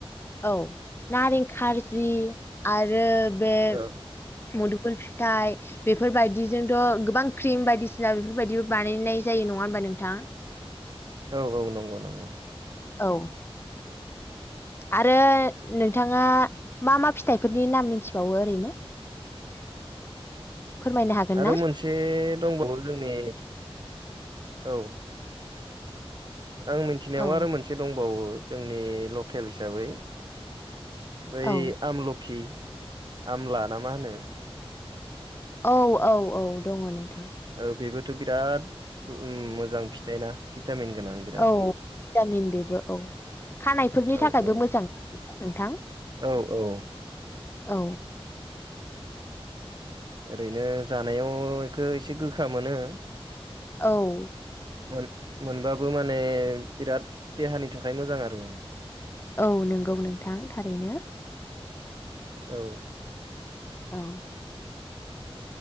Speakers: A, on the left; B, on the right.
A: औ नारें खारजि आरो बे
B: औ
A: मदुफुल फिथाइ बेफोरबायदिजोंथ' गोबां क्रिम बायदिसिना बेफोरबायदिबो बानायनाय जायो। नङा होनोमबा नोंथां?
B: औ औ नंगौ नंगौ।
A: औ। आरो नोंथाङा मा मा फिथाइफोरनि नाम मिथिबावो ओरैनो <inaudible> हागोन
B: आरो
A: ना?
B: मोनसे दंबावो जोंनि औ आं मिथिनायाव
A: औ
B: आरो मोनसे दंबावो जोंनि लकेल हिसाबै बै
A: औ
B: आमलखि आमला ना मा होनो
A: औ औ औ दङ नोंथां
B: औ बेबोथ' बिराद मोजां फिथाइ ना भिटामिन गोनां बिराद
A: औ भिटामिन बेबो औ खानायफोरनि
B: औ
A: थाखायबो
B: औ
A: मोजांफैया नोंथां
B: औ औ
A: औ।
B: ओरैनो जानायाव एखौ एसे गोखा मोनो।
A: औ।
B: मोन मोनबाबो माने बिराद देहानि थाखाय मोजां आरो
A: औ नंगौ नोंथां थारैनो।
B: औ।
A: औ।